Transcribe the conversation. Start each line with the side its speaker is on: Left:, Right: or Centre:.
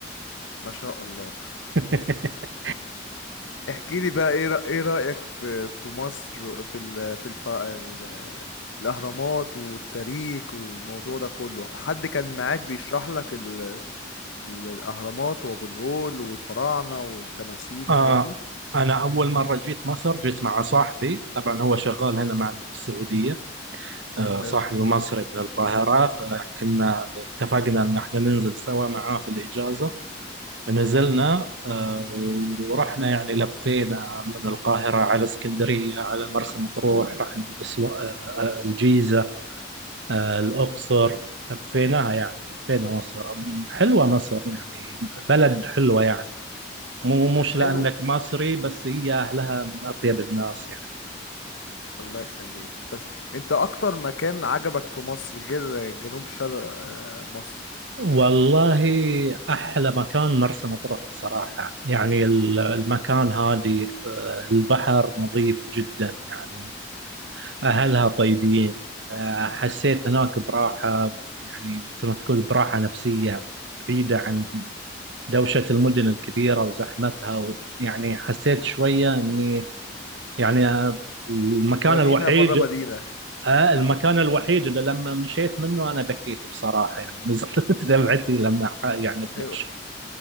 Left: ما شاء الله
Right: <laughs>
Left: <laughs> احكي لي بقى ايه رأ- ايه رأيك في في مصر في ال... في الف... ال... الاهرامات والتاريخ والموضوع ده كله حد كان معاك بيشرح لك ال... ال- الاهرامات وابو الهول والفراعنة والتماثيل
Right: آه
Left: والحاجات دي
Right: أنا أول مرة جيت مصر جيت مع صاحبي طبعا هو شغال هنا معنا في السعودية آه صاحبي
Left: حلو
Right: مصري من القاهرة فكنا اتفقنا أن احنا ننزل سوا معاه في الإجازة نزلنا
Left: حلو
Right: آه، ورحنا يعني لفينا من القاهرة على اسكندرية على مرسى مطروح رحنا الأسوا... آه، آه، الجيزة آه، الأقصر
Left: امم
Right: لفيناها يعني لفينا مصر حلوة مصر يعني بلد حلوة يعني مو مش
Left: حلو
Right: لأنك مصري بس هي أهلها من أطيب الناس يعني
Left: الله يخليك بس انت اكتر مكان عجبك في مصر غير جنوب شرق آه، مصر
Right: والله أحلى مكان مرسى مطروح بصراحة يعني ال- المكان هادي آه، البحر نظيف جدا يعني أهلها طيبين آه، حسيت هناك براحة يعني مثل ما تقول براحة نفسية بعيدة عن دوشة المدن الكبيرة وزحمتها و- يعني حسيت شوية إني يعني آه، المكان
Left: مدينة
Right: الوحيد
Left: بره مدينة
Right: آه، المكان
Left: اه
Right: الوحيد اللي لما مشيت منه أنا بكيت بصراحة يعني نزلت <laughs> دمعتي لما ح- يعني بنمشي
Left: ايوه